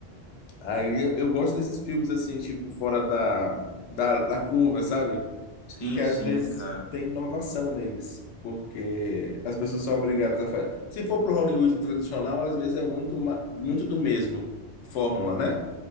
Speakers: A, on the left; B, on the left.
A: aí eu eu gosto desses filmes assim, tipo, fora da, da, da curva, sabe?
B: Sim,
A: Que às
B: sim,
A: vezes
B: cara.
A: tem inovação neles. Porque as pessoas são obrigadas a fazer. Se for pro Hollywood tradicional, às vezes é muito, ma- muito do mesmo, a fórmula, né?